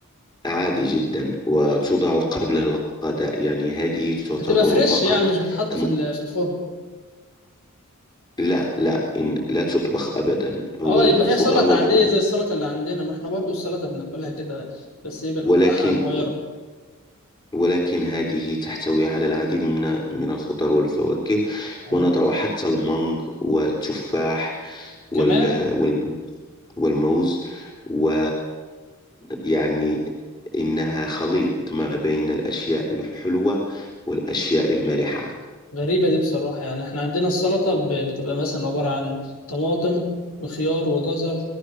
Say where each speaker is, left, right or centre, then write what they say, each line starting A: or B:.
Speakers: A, on the left; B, on the left.
A: عادي جدا وتوضع
B: مم.
A: قبل الغداء يعني هذه تعتبر
B: بتبقى فريش
A: فقط
B: يعني مش بتحط
A: كم...
B: في ال- في الفرن
A: لا لا إن لا تطبخ أبدا هو
B: اه
A: الخضار
B: يبقى هي سلطة
A: والفواكه
B: عادية زي السلطة اللي عندنا ما احنا برضو السلطة بناكلها كده بس ايه بنقطعها
A: ولكن
B: صغيرة
A: ولكن هذه تحتوي على العديد من من الخضار والفواكه
B: اه
A: ونضع حتى المانغ والتفاح وال...
B: كمان
A: والمانجا. والموز و يعني إنها خليط ما بين الأشياء الحلوة والأشياء المالحة
B: غريبة دي بصراحة يعني احنا عندنا السلطة ب- بتبقى مثلا عبارة عن طماطم وخيار وجزر